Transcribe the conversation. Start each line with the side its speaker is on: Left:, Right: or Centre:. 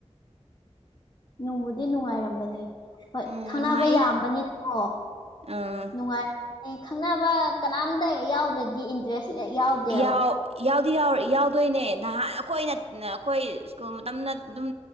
Left: ꯅꯨꯡꯕꯨꯗꯤ ꯅꯨꯡꯉꯥꯏꯔꯝꯒꯅꯤ ꯍꯣꯏ
Right: ꯎꯝ
Left: ꯈꯪꯅꯕ
Right: ꯅꯨꯡꯉꯥꯏ
Left: ꯌꯥꯝꯕꯅꯤꯅꯀꯣ
Right: ꯑꯥ
Left: ꯅꯨꯡꯉꯥꯏꯔꯝꯒꯅꯤ ꯈꯪꯅꯕ ꯀꯅꯥꯝꯇ ꯌꯥꯎꯗ꯭ꯔꯗꯤ ꯏꯟꯇꯔꯦꯁ ꯌꯥꯎꯗꯦꯕ
Right: ꯌꯥꯎ ꯌꯥꯎꯗꯤ ꯌꯥꯎꯗꯣꯏꯅꯦ ꯅꯍꯥꯟ ꯑꯩꯈꯣꯏꯅ ꯑꯩꯈꯣꯏ ꯁ꯭ꯀꯨꯜ ꯃꯇꯝꯗ ꯑꯗꯨꯝ